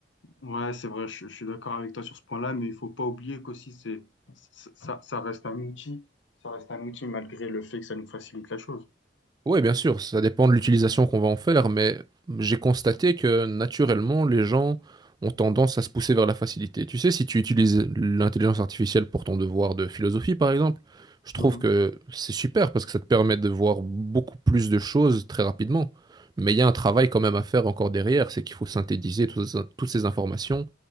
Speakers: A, on the left (about 75°); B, on the right (about 20°).
A: Ouais, c'est vrai, je, je suis d'accord avec toi sur ce point-là, mais il faut pas oublier qu'aussi c'est ça, ça ça reste un outil, ça reste un outil malgré le fait que ça nous facilite la chose.
B: Oui, bien sûr, ça dépend de l'utilisation qu'on va en faire, mais j'ai constaté que naturellement, les gens ont tendance à se pousser vers la facilité. Tu sais, si tu utilises l'intelligence artificielle pour ton devoir de philosophie, par exemple, je
A: Mhm.
B: trouve que c'est super parce que ça te permet de voir beaucoup plus de choses très rapidement. Mais il y a un travail quand même à faire encore derrière, c'est qu'il faut synthétiser toutes toutes ces informations